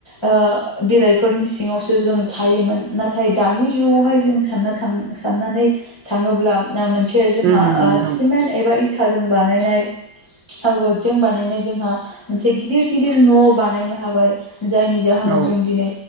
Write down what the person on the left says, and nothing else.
ओ बिलाइ फोरनि सिङावसो जों थायोमोन। नाथाय दानि जुगावहाय जों सान्नाथां साननानै थां ङोब्ला मोनसे जोंहा
सिमेन्ट एबा इथाजों बानायनाय रडजों बानायनाय जोंहा मोनसे गिदिर गिदिर न' बानायनो हाबाय जायनि जाहोनाव
जों दिनै